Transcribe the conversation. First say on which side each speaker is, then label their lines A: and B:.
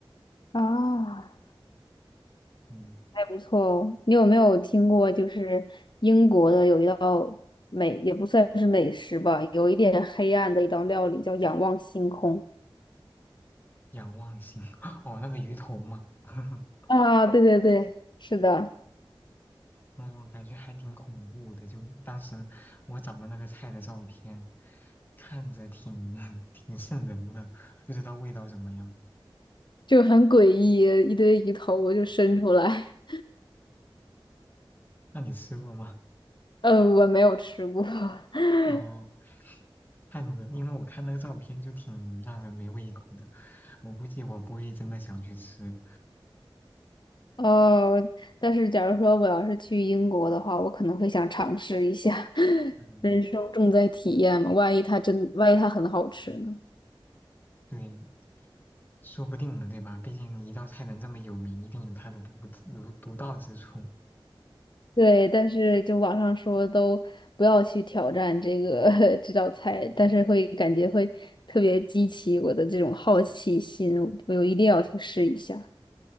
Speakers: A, on the left; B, on the left.
A: 啊。
B: 嗯，
A: 还不错哦。你有没有听过，就是英国的有一道美，也不算是美食吧，有一点黑暗的一道料理叫仰望星空。
B: 仰望星 <laughs> 哦，那个鱼头嘛，<laughs>
A: 啊，对对对，是的，
B: 嗯，感觉还挺恐怖的。就当时我找的那个菜的照片，看着挺 <laughs> 挺瘆人的，不知道味道怎么样。
A: 就很诡异，一堆鱼头就伸出来。
B: 那你吃过吗？
A: 呃，我没有吃过。<laughs>
B: 哦，看着，因为我看那个照片就挺让人没胃口的，我估计我不会真的想去吃。
A: 哦，但是假如说我要是去英国的话，我可能会想尝试一下。<laughs>
B: 嗯，
A: 人生重在体验嘛，万一它真，万一它很好吃呢？
B: 对，说不定呢，对吧？毕竟一道菜能这么有名，一定有它的独独独到之处。
A: 对，但是就网上说都不要去挑战这个 <laughs> 这道菜，但是会感觉会特别激起我的这种好奇心，我一定要去试一下。